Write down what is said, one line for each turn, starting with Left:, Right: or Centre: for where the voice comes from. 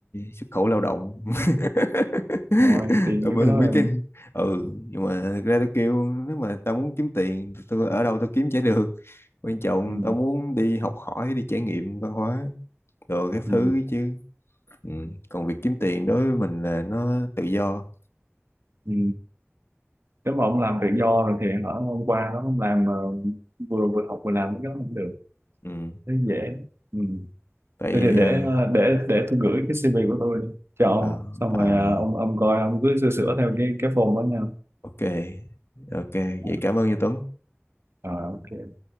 Left: xuất khẩu lao động <laughs>
Right: thôi đi
Left: ở
Right: mấy
Left: bên
Right: cái đó
Left: mấy cái
Right: ừ.
Left: ừ nhưng mà thực ra tôi kêu nếu mà tao muốn kiếm tiền thì tôi ở đâu tôi kiếm chả được quan trọng
Right: Ừ.
Left: tao muốn đi học hỏi đi trải nghiệm văn hóa rồi các
Right: Ừ.
Left: thứ chứ ừ. còn việc kiếm tiền đối với mình là nó tự do
Right: ừ. nếu mà ông làm tự do rồi thì hả hôm qua đó ông làm ờ, vừa vừa học vừa làm cái đó cũng được
Left: ừ.
Right: thấy dễ ừ.
Left: vậy
Right: thế thì để
Left: ờ,
Right: ờ, để để tôi gửi cái CV của tôi cho ông
Left: ờ,
Right: xong
Left: ờ,
Right: rồi ờ, ông ông coi ông cứ sửa sửa theo cái cái form đó nha
Left: ok ok
Right: à,
Left: vậy cảm ơn như Tuấn
Right: à, ok